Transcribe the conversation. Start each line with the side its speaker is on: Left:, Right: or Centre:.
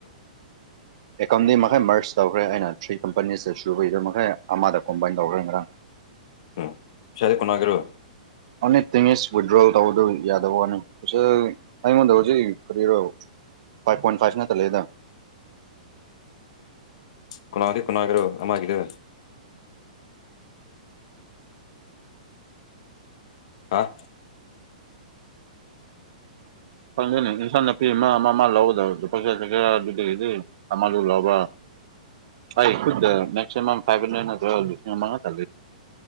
Right: ꯑꯦꯀꯣꯝꯗꯤ ꯃꯈꯥꯏ ꯃꯔꯆ ꯇꯧꯈ꯭ꯔꯦ ꯑꯩꯅ ꯊ꯭ꯔꯤ ꯀꯝꯄꯅꯤꯁꯇ ꯁꯨꯕꯩꯗ ꯃꯈꯩ ꯑꯃꯗ ꯀꯣꯝꯕꯥꯏꯟ ꯇꯧꯈ꯭ꯔꯦ ꯉꯔꯥꯡ
Left: ꯎꯝ ꯁꯗ ꯀꯅꯥꯒꯔꯣ
Right: ꯑ ꯇꯁ ꯋꯤꯠꯗ꯭ꯔꯣꯜ ꯇꯧꯕꯗꯨ ꯌꯥꯗꯕꯅꯤ ꯇꯗꯖꯤ ꯈꯔ ꯐꯥꯏꯚ ꯄꯣꯏꯟ ꯐꯥꯏꯚꯅꯠꯇ ꯂꯩꯗ
Left: ꯀꯅꯥꯗꯤ ꯀꯨꯅꯥꯒ꯭ꯔꯣ ꯑꯒꯗ ꯑꯥ
Right: ꯈꯪꯗꯅꯤ ꯏꯟꯁꯥꯡ ꯅꯥꯄꯤ ꯑꯃ ꯑꯃ ꯑꯃ ꯂꯧꯒꯗꯕ ꯂꯨꯄꯥ ꯆ ꯆꯊꯔ ꯑꯗꯨꯗꯒꯤꯗꯒꯤꯗꯤ ꯑꯃꯗꯨ ꯂꯕ ꯍ ꯃꯃ ꯐꯚ ꯍꯟ꯭ꯔꯦꯠꯇ